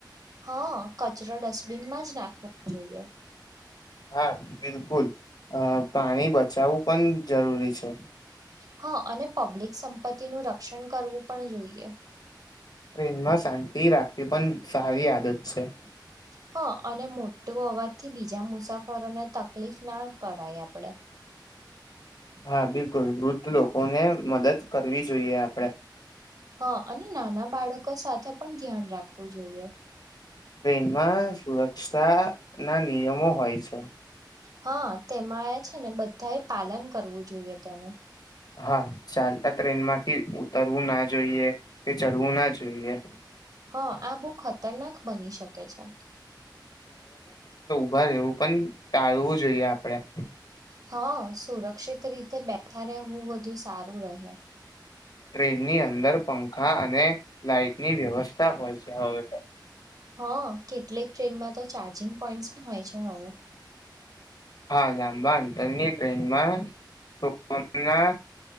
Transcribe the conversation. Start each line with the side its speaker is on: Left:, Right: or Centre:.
Right: હઅ, કચરો ડસ્ટબિનમાં જ નાખવો જોઈએ.
Left: હા, બિલકુલ અહ પાણી બચાવવું પણ જરૂરી છે.
Right: હા અને પબ્લિક સંપત્તિનું રક્ષણ કરવું પણ જોઈએ.
Left: પ્રેમમાં શાંતિ રાખવી પણ સારી આદત છે.
Right: હા અને મોટો અવાજ થી બીજા મુસાફરોને તકલીફ ના કરાય આપડે.
Left: હા બિલકુલ વૃદ્ધ લોકો ને મદદ કરવી જોઈએ આપડે.
Right: હા અને નાના બાળકો સાથે પણ ધ્યાન રાખવું જોઈએ.
Left: ટ્રેનમાં સુરક્ષા ના નિયમો હોય છે.
Right: હા તેમાં એ છે ને બધા એ પાલન કરવું જોઈએ તેનું.
Left: હા ચાલતા ટ્રેન માંથી ઉતરવું ના જોઈએ કે ચડવું ના જોઈએ.
Right: હા આ બહુ ખતરનાક બની શકે છે.
Left: પર એવું પણ ટાળવું જોઈએ આપડે
Right: હા સુરક્ષિત રીતે બેઠા રહેવું વધુ સારું રહે.
Left: ટ્રેનની અંદર પંખા અને લાઈટની વ્યવસ્થા હોય છે હવે તો.
Right: હા કેટલીક ટ્રેનમાં તો ચાર્જિંગ પોઈન્ટસ પણ હોય છે હવે.
Left: હા લાંબા અંતરની ટ્રેનમાં સોના